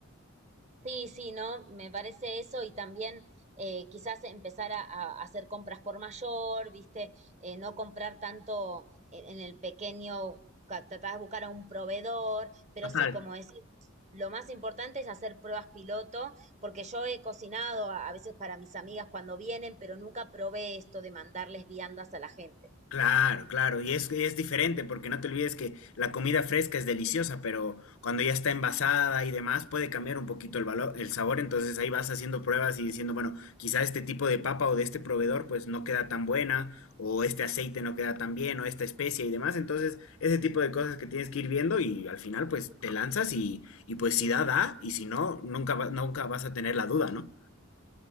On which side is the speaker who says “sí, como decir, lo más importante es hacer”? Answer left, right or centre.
Right